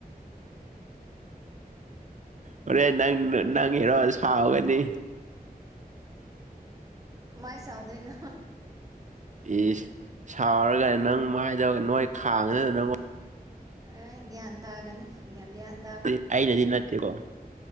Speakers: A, on the right; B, on the right.
A: ꯍꯣꯔꯦꯟ ꯅꯪ ꯅꯪ ꯍꯦꯔꯣ ꯁꯥꯎꯒꯅꯤ
B: ꯀꯃꯥꯏꯟ ꯁꯥꯎꯗꯣꯏꯅꯣ
A: ꯏꯁ ꯁꯥꯎꯔꯒ ꯅꯪ ꯃꯥꯏꯗꯧ ꯅꯣꯏ ꯈꯥꯡꯉꯅ ꯅꯉꯣꯟ
B: ꯑꯥꯏ ꯒꯌꯥꯟ ꯇꯒꯅꯤ ꯌꯒꯌꯥꯟ
A: <unintelligible> ꯑꯩꯅꯗꯤ ꯅꯠꯇꯦ ꯀꯣ